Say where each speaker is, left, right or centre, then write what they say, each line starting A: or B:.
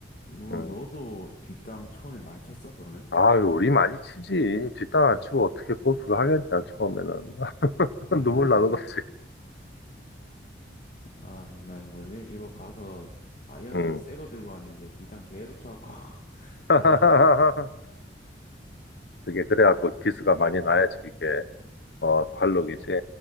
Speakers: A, on the left (about 45°); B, on the left (about 65°).
A: 그럼
B: 음.
A: 너도 뒷땅 처음에 많이 쳤어, 그러면?
B: 아유, 우리 많이 치지. 뒷땅 안 치고 어떻게 골프를 하겠냐, 처음에는. <laughs>
A: 야,
B: 눈물 나는
A: 역시.
B: 거지.
A: 아, 나 뭐지? 이거 가서 아이언도
B: 응.
A: 새거 들고 왔는데 디탄 계속 쳐갖고 <laughs>
B: <laughs>
A: 아,
B: 그게 그래갖고
A: 아
B: 기스가 많이 나야지, 그게. 어, 관록이지.
A: 그런가?